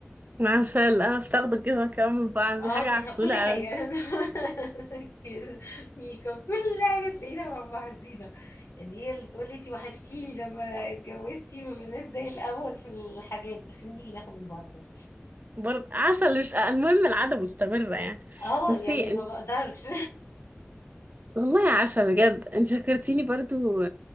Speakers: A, on the right; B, on the left.
A: عسل اه بتاخدوا الجزمه كمان من بعض
B: اه
A: دي حاجه عسوله
B: كل حاجة
A: قوي
B: <laughs> كده، ميك اب كل حاجة تلاقينا مع بعضينا يعني هي اللي تقول لي انتي وحشتيني لما اتجوزتي ما بقيناش زي الأول في الحاجات بس نيجي ناخد من بعض برضه.
A: برضه عسل مش المهم العادة مستمرة يعني
B: اه
A: بصي
B: يعني ما بقدرش
A: والله يا عسل بجد انت فكرتيني برضو